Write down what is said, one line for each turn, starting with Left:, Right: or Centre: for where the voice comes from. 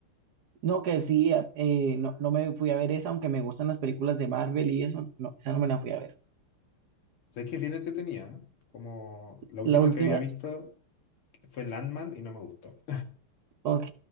Right: No, que sí, a- eh, no, no me fui a ver esa, aunque me gustan las películas de Marvel y eso, no, esa no me la fui a ver.
Left: ¿sabes que es bien entretenida? ¿eh? Como la última
Right: La última
Left: que había visto fue Landman y no me gustó.
Right: Ok,